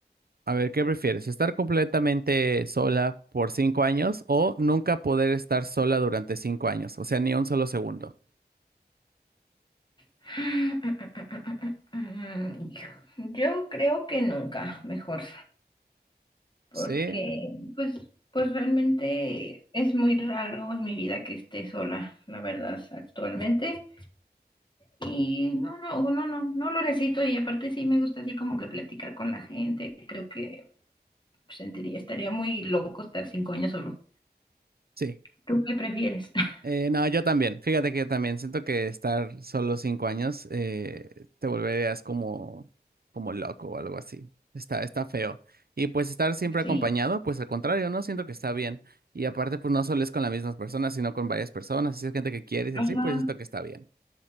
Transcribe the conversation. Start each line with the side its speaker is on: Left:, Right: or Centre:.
Right: A ver, ¿qué prefieres? ¿Estar completamente sola por cinco años o nunca poder estar sola durante cinco años? O sea, ni un solo segundo.
Left: <sighs> Yo creo que nunca, mejor. porque
Right: Sí,
Left: pues, pues realmente es muy raro en mi vida que esté sola, la verdad, actualmente. Y no, no, no, no, no lo necesito y aparte sí me gusta así como que platicar con la gente. Creo que sentiría, estaría muy loco estar cinco años solo.
Right: sí.
Left: ¿Tú qué prefieres? <laughs>
Right: Eh, no, yo también. Fíjate que yo también siento que estar solo cinco años eh, te volverías como, como loco o algo así. Está, está feo. Y pues estar siempre
Left: Sí.
Right: acompañado, pues al contrario, ¿no? Siento que está bien. Y aparte, pues no solo es con las mismas personas, sino con varias personas. Si es gente que quieres
Left: Ajá.
Right: y así, pues siento que está bien.